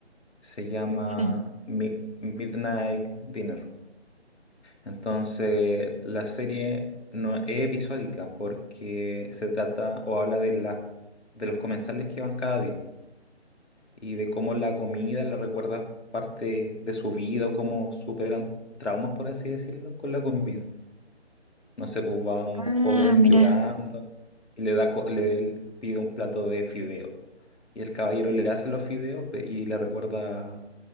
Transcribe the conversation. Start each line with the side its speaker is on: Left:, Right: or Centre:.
Left: Se llama
Right: sí.
Left: Mi- Midnight Dinner. Entonces, la serie no es episódica porque se trata o habla de la, de los comensales que van cada día y de cómo la comida le recuerda parte de su vida o cómo superan traumas, por así decirlo, con la comida. No sé, pues va un
Right: Ah,
Left: joven
Right: mira,
Left: llorando y le da, co- le pide un plato de fideo. Y el caballero le hace los fideos pe- y le recuerda